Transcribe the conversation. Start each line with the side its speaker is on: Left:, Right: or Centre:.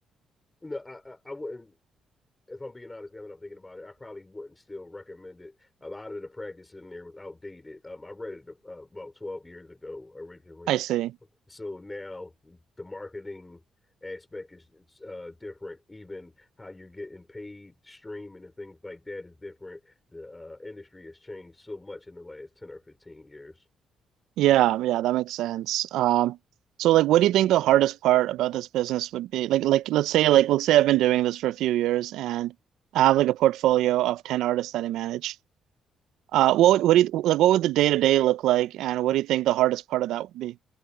Left: no, I I, I wouldn't. If I'm being honest, now that I'm thinking about it, I probably wouldn't still recommend it. A lot of the practice in there was outdated. Um, I read it uh, about 12 years ago originally.
Right: I see.
Left: So now the marketing aspect is, is uh, different. Even how you're getting paid, streaming, and things like that is different. The uh, industry has changed so much in the last 10 or 15 years.
Right: Yeah, yeah, that makes sense. Um, so like what do you think the hardest part about this business would be? Like like let's say like let's say I've been doing this for a few years and I have like a portfolio of 10 artists that I manage. Uh, what would, what do you, like what would the day-to-day look like and what do you think the hardest part of that would be?